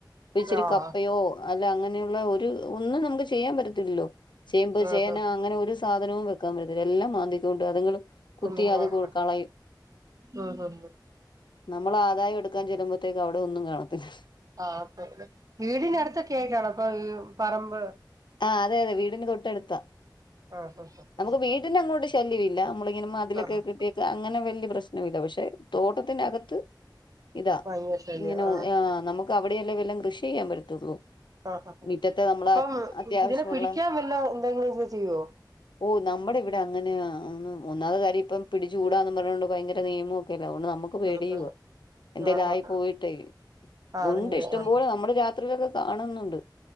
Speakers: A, on the left; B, on the right.
A: ഇപ്പൊ ഇച്ചിരി
B: ആഹ്
A: കപ്പയോ അല്ല അങ്ങനെയുള്ള ഒ ഒരു ഒന്നും നമുക്ക് ചെയ്യാൻ പറ്റത്തില്ലോ
B: ആഹ്
A: ചേന അങ്ങനെ ഒരു സാധനവും വെക്കാൻ പറ്റത്തില്ല എല്ലാം മാന്തിക ഉണ്ട് അങ്ങളും കുത്തി
B: ഒന്നും
A: അത്
B: ആഹ്
A: കളയും
B: ഉം ഉം
A: നമ്മൾ ആദായം എടുക്കാ ചെല്ലുമോഴത്തേക്ക് അവിടെ ഒന്നും കാണത്തില്ല
B: ആ വീടിനടുത്തൊക്കെ ആയിട്ടാണോ അപ്പൊ പറമ്പ്
A: ആ അതെ അതെ വീടിന് തൊട്ട ടുത്താ
B: ആഹ് ആഹ്
A: നമുക്ക്
B: ആഹ്
A: വീട്ടിന അങ്ങോട്ട് ശല്യമ ഇല്ല നമ്മള ഇങ്ങനെ മതിലൊക്കെ
B: ആഹ്
A: കിട്ടിയേക്ക അങ്ങനെ വലിയ പ്രശ്നവ ഇല്ല പക്ഷെ തോട്ടത്തികത്ത് ഇതാ
B: ഭയങ്കര ശല്യം
A: ഇങ്ങനെ
B: ആഹ്
A: നമുക്ക് അവിടെയല്ലാംല്ലാം കൃഷി ചെയ്യാൻ പറ്റത്തുള്ളൂ
B: ആ ആ
A: മുറ്റത്തെ നമ്മളെ
B: അപ്പം
A: അത്യാവശ്യമുള്ള
B: ഇതിനെ പിടിക്കാൻ വല്ല എന്തെങ്കിലും ഇ ചെയ്യുവോ
A: ഓ നമ്മുടെ ഇവിടെ അങ്ങനെ ഒന്നാമ കാര്യം ഇപ്പം പിടിച്ചുകൂടാന്ന് പറഞ്ഞോണ്ട് ഭയങ്കര നിയമോ ല്ല നമുക്ക് പേടിയുവാ
B: ഉം ഉം
A: എന്തേലും
B: ആഹ്
A: ആയി
B: ആഹ് ആഹ്
A: പോയിട്ടേ
B: ആഹ്
A: ഫുണ്ട്
B: അതില്ലേ
A: ഇഷ്ടംപോലെ
B: ആഹ്
A: നമ്മുടെ രാത്രിയിലൊക്കെ കാണുന്നുണ്ട്